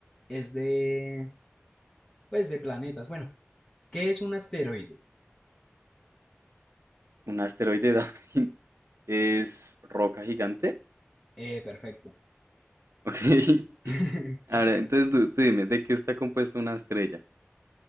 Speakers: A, on the left; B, on the right.
A: es de, pues, de planetas. Bueno, ¿qué es un asteroide?
B: Un asteroide da- <laughs> es roca gigante.
A: Eh, perfecto.
B: Ok. <laughs>
A: <laughs>
B: Ahora, entonces tú, tú dime, ¿de qué está compuesta una estrella?